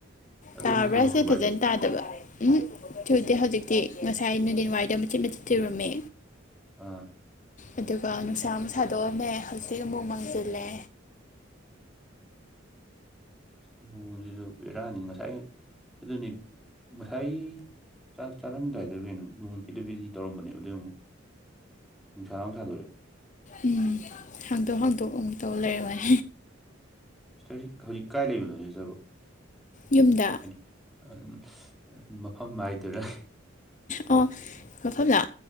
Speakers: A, in the centre; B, on the left.
A: ꯑꯗꯣꯝꯗ
B: ꯇꯥꯕ꯭ꯔꯥꯁꯦ
A: ꯅꯣꯡ ꯆꯨꯕ꯭ꯔꯥ
B: ꯐꯖꯅꯥ
A: ꯍꯥꯏꯁꯦ
B: ꯑꯗꯨ ꯎꯝ ꯊꯨꯗꯦ ꯍꯧꯖꯤꯛꯇꯤ ꯉꯁꯥꯏ ꯅꯨꯡꯊꯤꯟ ꯋꯥꯏꯗ ꯃꯆꯤꯠ ꯃꯆꯤꯠ ꯊꯤꯨꯔꯝꯃꯦ
A: ꯑꯥ
B: ꯑꯗꯨꯒ ꯅꯨꯡꯁꯥ ꯑꯃꯨ ꯁꯥꯗꯣꯛꯑꯝꯃꯦ ꯍꯧꯖꯤꯛ ꯑꯃꯨꯛ ꯃꯥꯡꯁꯤꯜꯂꯦ
A: ꯂꯨꯍꯣꯡꯁꯤꯁꯨ ꯄꯔꯛꯑꯅꯤ ꯉꯁꯥꯏ ꯑꯗꯨꯅꯤ ꯉꯁꯥꯏ ꯆꯥꯛ ꯆꯥꯔꯝꯗꯥꯏꯗ ꯀꯩꯅꯣ ꯅꯣꯡꯃ ꯄꯤꯗ ꯄꯤꯗꯤ ꯇꯔꯝꯕꯅꯦꯕ ꯑꯗꯨꯏ ꯑꯃꯨꯛ ꯅꯨꯡꯁꯥꯅꯨꯡ ꯁꯥꯗꯣꯔꯑꯦ
B: ꯎꯝ ꯍꯥꯡꯗꯣꯛ ꯍꯥꯡꯗꯣꯛ ꯑꯃꯨꯛꯇꯧ ꯂꯩꯔꯣꯏ
A: ꯁꯤꯇꯔꯁꯤ ꯍꯧꯖꯤꯛ ꯀꯥꯏ ꯂꯩꯕꯅꯣꯅꯦꯇ꯭ꯔꯣ
B: ꯌꯨꯝꯗ
A: ꯍꯥꯏꯗꯤ ꯃꯐꯝ ꯍꯥꯏꯗꯨꯔ
B: ꯑꯣ ꯃꯐꯝꯗ